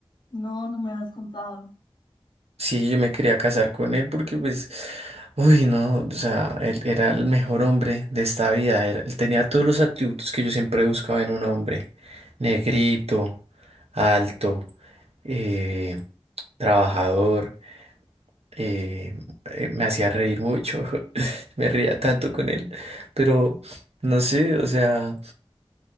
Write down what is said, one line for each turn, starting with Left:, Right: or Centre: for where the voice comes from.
Left: No, no me has contado.
Right: Sí, yo me quería casar con él porque pues, uy, no, o sea, él era el mejor hombre de esta vida, era- él tenía todos los atributos que yo siempre buscaba en un hombre, negrito, alto, eh, trabajador, eh, eh, me hacía reír mucho, <laughs> me reía tanto con él, pero no sé, o sea...